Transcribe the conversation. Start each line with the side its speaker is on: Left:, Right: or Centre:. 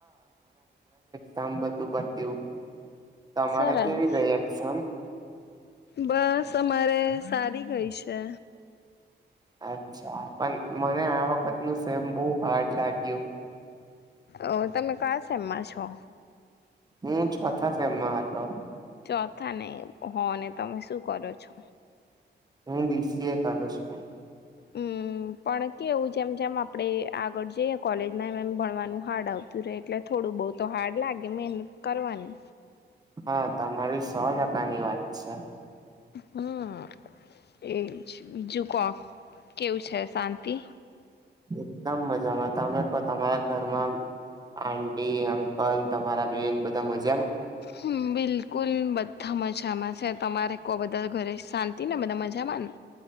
Right: કામ બધુ પત્યું તમારે
Left: સરસ
Right: કેવી ગઈ એક્ઝામ
Left: બસ અમારે સારી ગઈ છે.
Right: અચ્છા પણ મને આ વખત નું સેમ બહુ હાર્ડ લાગ્યું.
Left: અ તમે કયા સેમ માં છો.
Right: હું‌ ચોથા સેમ માં હતો.
Left: ચોથા ને હો ને તમે શું કરો છો.
Right: હું બીસીએ કરું છું.
Left: હમ પણ કેવું જેમ જેમ આપડે આગળ જઈએ કોલેજમાં એમ એમ ભણવાનું હાર્ડ આવતું રહે એટલે થોડુંક. બહુ તો હાર્ડ લાગે મહેનત કરવાની.
Right: હા, તમારી સો ટકાની વાત છે.
Left: હમ એજ બીજુ કો કેવું છે. શાંતિ
Right: એકદમ મજામાં તમે તો તમારા ઘરમાં. આંટી અંકલ તમારા બેન બધા મજા મા
Left: હમ બિલકુલ કૂલ બધા મજામાં છે. તમારે કો બધા ઘરે શાંતિ ને બધા મજામાં ને.